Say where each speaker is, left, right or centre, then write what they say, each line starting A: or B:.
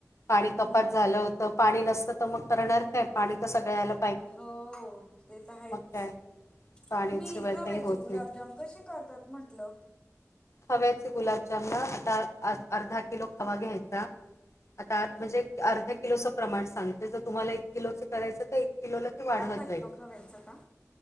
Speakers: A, on the left; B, on the left.
A: पाणी
B: हम्म
A: कपात झालं होत पाणी नसतं तर मग करणार काय पाणी तर सगळ्या हेला
B: हो ते तर आहेच
A: काय पाण्याशिवाय
B: तुम्ही. खव्याचे
A: काही होत
B: गुलाबजाम
A: नाही
B: कसे करतात म्हटलं.
A: खव्याचे गुलाबजामन आता अर्धा किलो खवा घ्यायचा. आता म्हणजे अर्ध्या किलोचं प्रमाण सांगते जर तुम्हाला एक किलोच करायचं तर एक किलोला वाढवत
B: अर्धा
A: जायच.
B: किलो खव्याचं का